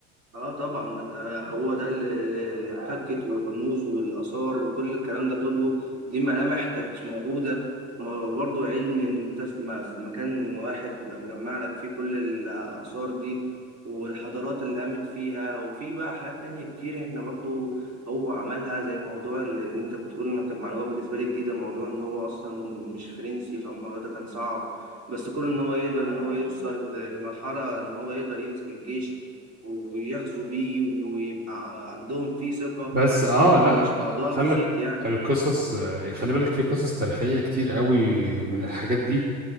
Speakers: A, on the right; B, on the right.
A: اه طبعا ما انت هو ده اللي اللي اتفكت والرموز والاثار وكل الكلام ده كله دي ملامح كانت موجوده ما برضو علم ان انت في م- في مكان واحد يبقى مجمع لك فيه كل الاثار دي والحضارات اللي قامت فيها وفي بقى حاجات تانية كتير احنا برضو هو عملها زي موضوع اللي انت بتقول انا كانت معلومه بالنسبه لي جديده موضوع ان هو اصلا مش فرنسي فالموضوع ده كان صعب بس كون ان هو يقدر ان هو يوصل لمرحله ان هو يقدر يمسك الجيش ويغزو بيه ويبقى ع- عندهم فيه ثقة
B: بس اه
A: ده طبعا
B: لا
A: مش موضوع
B: خلي
A: بسيط يعني
B: القصص آه، خلي بالك في قصص تاريخية كتير قوي من الحاجات دي